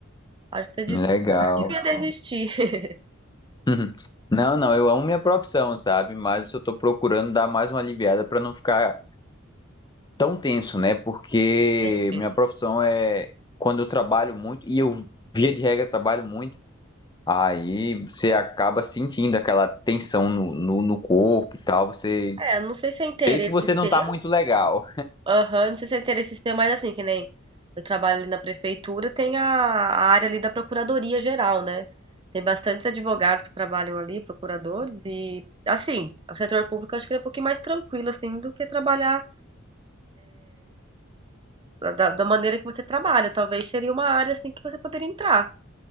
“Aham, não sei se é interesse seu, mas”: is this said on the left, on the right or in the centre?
Right